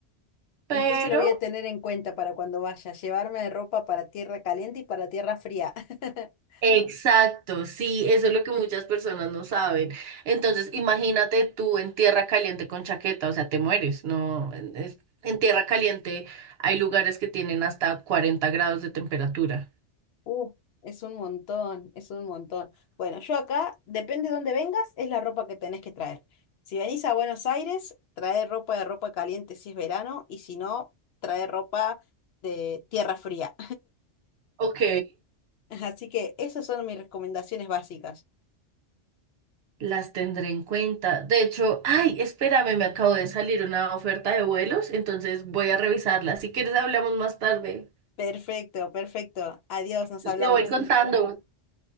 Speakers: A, on the right; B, on the left.
A: pero...
B: Entonces lo voy a tener en cuenta para cuando vaya, llevarme ropa para tierra caliente y para tierra fría. <laughs>
A: Exacto, sí, eso es lo que muchas personas no saben. Entonces, imagínate tú en tierra caliente con chaqueta, o sea, te mueres, no, es- en tierra caliente hay lugares que tienen hasta 40 grados de temperatura.
B: Uh, es un montón, es un montón. Bueno, yo acá, depende de dónde vengas, es la ropa que tenés que traer. Si venís a Buenos Aires, trae ropa de ropa caliente si es verano, y si no, trae ropa de tierra fría.
A: Ok,
B: <laughs> Así que esas son mis recomendaciones básicas.
A: las tendré en cuenta. De hecho, ay, espérame, me acabo de salir una oferta de vuelos, entonces voy a revisarla. Si quieres, hablamos más tarde.
B: Perfecto, perfecto. Adiós, nos
A: Yo
B: hablamos.
A: te voy contando.